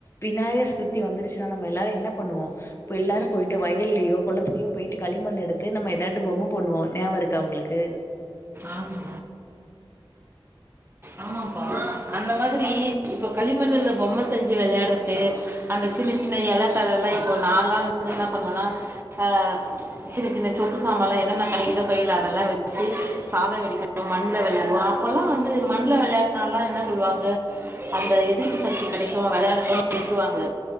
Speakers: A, on the left (about 25°); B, on the right (about 25°).
A: விநாயக சதுர்த்தி வந்துருச்சுன்னா நம்ம எல்லாரு என்ன பண்ணுவோம் இப்போ எல்லோரும் போய்ட்டு வயலேயோ குளத்துலேயோ போயிவிட்டு களிமண் எடுத்து நம்ம எதாட்டு பொம்மை பண்ணுவோ ஞாபக இருக்கா உங்களுக்கு
B: ஆமா ஆமாப்பா அந்த மாதிரி இப்ப களிமண்ணுல பொம்மை செஞ்சு விளையாடுறது அந்த சின்ன சின்ன இலை தல லா இப்போ நான்லா வந்துட்டு என்ன பண்ணுவேன்னா அ சின்ன சின்ன சொப்பு சாம்ப எல்லா என்னென்ன கடைக்குதோ கையில அதெல்லா வச்சு சாதம் வெடிக்க அப்ப மண்ல விளையாடுவோ அப்பல்லா வந்து மண்ல விளையாடுனால்லா என்ன சொல்லுவாங்க அந்த எதிர்பு சக்தி கிடைக்கும் விளையாட்டுனு விட்டுருவாங்க